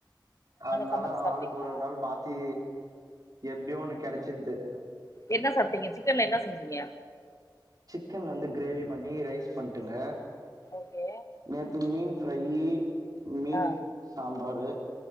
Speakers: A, on the right; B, on the left.
A: அதனால
B: சமச்சு சாப்ட்டீங்களா
A: ஆளுக்கு ஒரு ஒரு நாள் மாத்தி எப்டியோ ஒண்ணு கெடைச்சது
B: என்ன சாப்ட்டீங்க சிக்கன்ல என்ன செஞ்சீங்க
A: சிக்கன்ல வந்து கிரேவி பண்ணி ரைஸ் பண்டுங்க
B: ஓகே
A: நேத்து மீன் ஃபிறை மீன்
B: ஆ
A: சாம்பார்